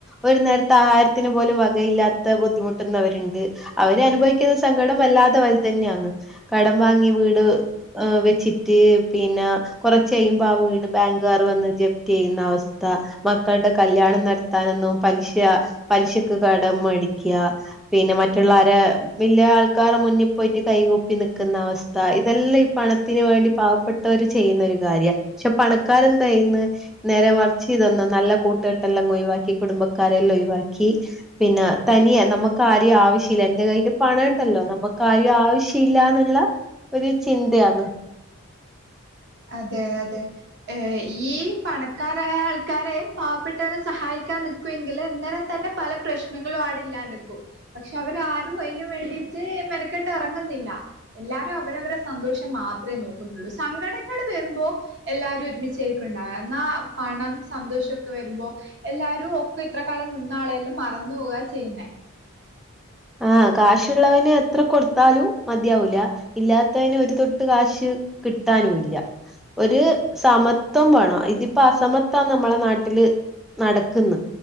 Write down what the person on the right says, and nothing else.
അതെ അതെ ഏ ഈ പണക്കാരായ ആൾക്കാരെ പാവപ്പെട്ടവരെ സഹായിക്കാൻ നി ക്കുവെങ്കില് അന്നേരം തന്നെ പല പ്രശ്നങ്ങളും ആടെ ഇല്ലാണ്ടക്കും പക്ഷെ അവരാരും അഴിന് വേണ്ടിട്ട് മെനക്കെട്ട് എറങ്ങുന്നില്ല എല്ലാരു അവരവരെ സന്തോഷം മാത്രേ നോക്കുന്നുള്ളൂ സങ്കടങ്ങള് വരുമ്പോ എല്ലാരും ഒരുമിച്ചേക്കുണ്ടാവ എന്നാ പണം സന്തോഷക്ക വരുമ്പോ എല്ലാരും ഒക്കെ ഇത്ര കാലം നിന്ന ആളെയെല്ലും മറന്ന് പോവ ചെയ്യുന്നേ